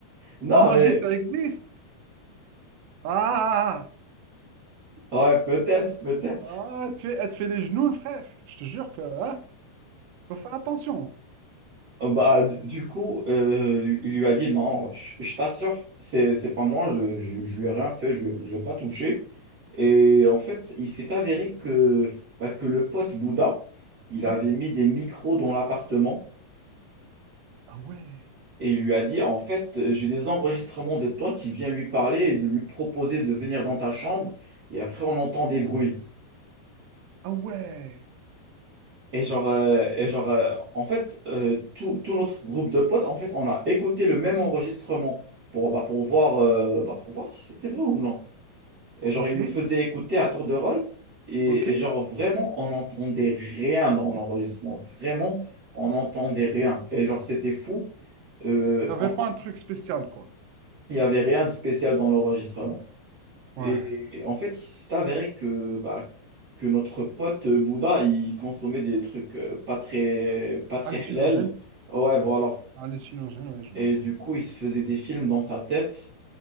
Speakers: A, on the right; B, on the right.
A: Non,
B: La magie,
A: mais
B: ça existe. Ah! ah, ah.
A: ouais, peut-être, peut-être.
B: Ah, elle te fais, elle te fait les genoux, le frère. Je te jure que, hein, faut faire attention.
A: Euh, Bah, d- du coup, euh, lui- il lui a dit non, je, je t'assure, c'est, c'est pas moi, je, je, je lui ai rien fait, je, lui je l'ai pas touché. Et en fait, il s'est avéré que, bah, que le pote Bouddha, il
B: Ouais.
A: avait mis des micros dans l'appartement.
B: Ah ouais.
A: Et il lui a dit, en fait, euh, j'ai des enregistrements de toi qui vient lui parler et de lui proposer de venir dans ta chambre. Et après, on entend des bruits.
B: Ah ouais.
A: Et genre, euh, et genre euh, en fait, euh, tout, tout notre groupe de potes, en fait, on a écouté le même enregistrement pour, bah, pour voir, euh, bah, pour voir si c'était vrai ou non. Et genre,
B: Ok.
A: ils nous faisaient écouter à tour de rôle. Et,
B: Ok. Il
A: et genre, vraiment, on n'entendait rien dans l'enregistrement. Vraiment, on n'entendait rien. Et genre, c'était fou. Euh,
B: n'y avait
A: en fait,
B: pas un truc spécial, quoi.
A: il n'y avait rien de spécial dans l'enregistrement.
B: Ouais.
A: Et en fait, il s'est avéré que, bah, que notre pote Bouddha, il consommait des trucs euh, pas très, pas très
B: Hallucinogène.
A: halal. Ouais, voilà.
B: Hallucinogène, ouais, je
A: Et
B: vois ça.
A: du coup, il se faisait des films dans sa tête.